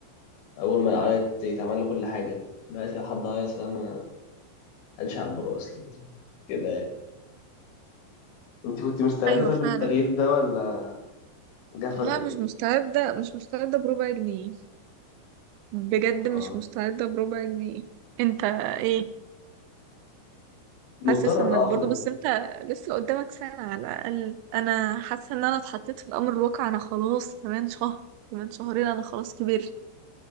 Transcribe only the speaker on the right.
ايوه
فعلا
لا
مش مستعدة مش مستعدة بربع جنيه بجد
مش مستعدة بربع جنيه انت ايه
حاسس انك
برضو بس انت لسه قدامك سنة على الأقل انا حاسة ان انا اتحطيت في الامر الواقع انا خلاص كمان شهر كمان شهرين انا خلاص كبرت